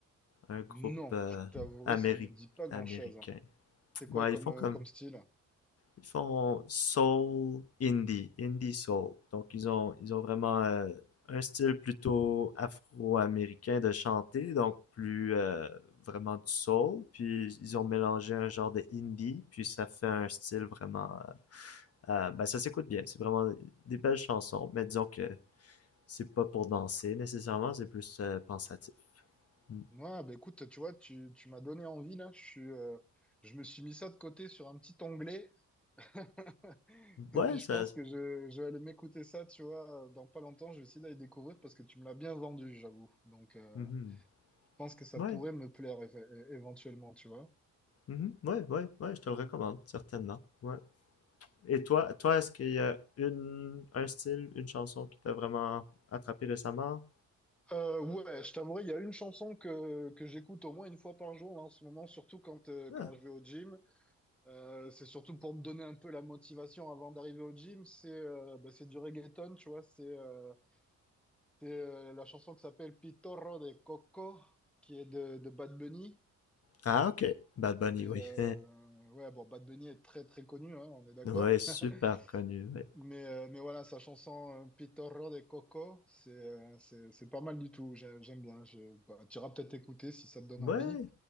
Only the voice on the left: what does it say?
Un groupe
euh,
améri-
américain.
Ouais,
ils font
comme
ils font soul indie, indie soul. Donc ils ont ils ont vraiment euh, un style plutôt afro-américain de chanter, donc plus euh, vraiment du soul. Puis ils ont mélangé un genre de indie, puis ça fait un style vraiment. euh, euh, ben ça s'écoute bien. C'est vraiment des belles chansons, mais disons que c'est pas pour danser nécessairement, c'est plus euh, pensatif. Mm.
Ouais,
ça.
mhm.
Ouais,
Mhm. Ouais, ouais, ouais, je te le recommande, certainement. Ouais. Et toi, toi, est-ce qu'il y a une, un style, une chanson qui t'a vraiment attrapé récemment?
Ah,
Ah, ok. Bad Bunny,
oui.
<laughs>
Ouais, super
connu, ouais.
Ouais,